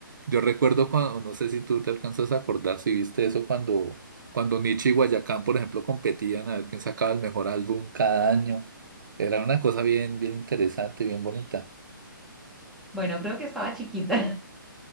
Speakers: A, on the right; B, in the centre.
A: Yo recuerdo cuando, no sé si tú te alcanzas a acordar, si viste eso cuando, cuando Nietzsche y Guayacán, por ejemplo, competían a ver quién sacaba el mejor álbum cada año. Era una cosa bien, bien interesante, bien bonita.
B: Bueno, creo que estaba chiquita.